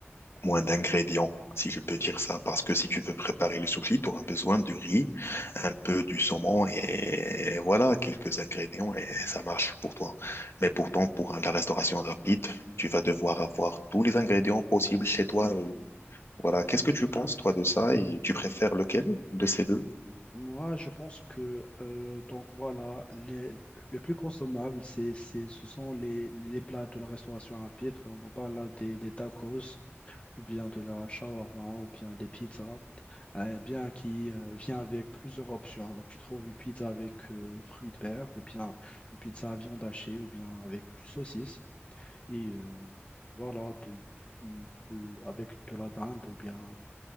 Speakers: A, on the left; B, on the left.
A: moins d'ingrédients, si je peux dire ça. Parce que si tu veux préparer le soufli, tu auras besoin de riz, un peu du saumon et, voilà, quelques ingrédients et ça marche pour toi. Mais pourtant, pour la restauration rapide, tu vas devoir avoir tous les ingrédients possibles chez toi. Voilà, qu'est-ce que tu penses, toi, de ça et tu préfères lequel de ces deux?
B: Moi, je pense que euh, donc voilà, les, le plus consommable, c'est, c'est, ce sont les, les plats de la restauration rapide. Donc, on parle là des, des tacos, ou bien de la shawarma, ou bien des pizzas, eh bien qui euh, vient avec plusieurs options. Donc, tu trouves une pizza avec euh, fruits de mer, ou bien une pizza à viande hachée, ou bien avec du saucisse. Et euh, voilà, de, de- de- avec de la dinde, ou bien